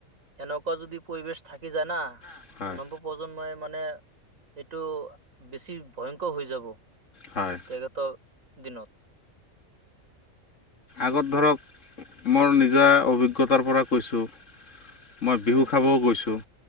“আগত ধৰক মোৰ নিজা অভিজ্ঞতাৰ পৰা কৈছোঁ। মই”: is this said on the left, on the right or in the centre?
Left